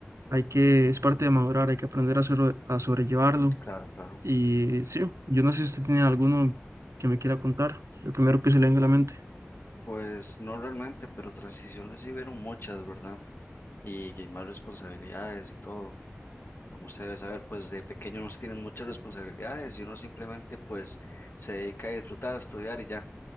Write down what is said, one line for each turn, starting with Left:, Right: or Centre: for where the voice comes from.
Right: Hay que, es parte de madurar, hay que aprender a, sobre- a sobrellevarlo.
Left: Claro, claro.
Right: Y sí, yo no sé si usted tiene alguno que me quiera contar, el primero que se le venga a la mente.
Left: Pues no realmente, pero transiciones sí vieron muchas, ¿verdad? Y, y más responsabilidades y todo. Como usted debe saber, pues de pequeño no se tienen muchas responsabilidades y uno simplemente pues se dedica a disfrutar, a estudiar y ya.